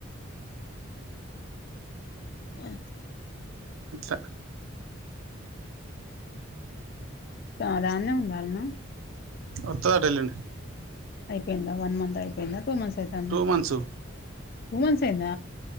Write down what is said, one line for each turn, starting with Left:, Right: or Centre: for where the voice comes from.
Left: అ
Right: అచా
Left: సోధాన్నే ఉండాలన్నా
Right: ఉత్తరా టైలండి
Left: అయిపోయిందా వన్ మంత్ అయిపోయిందా టూ మంత్ తంద
Right: టూ మంత్స్
Left: పూవన్ సైంద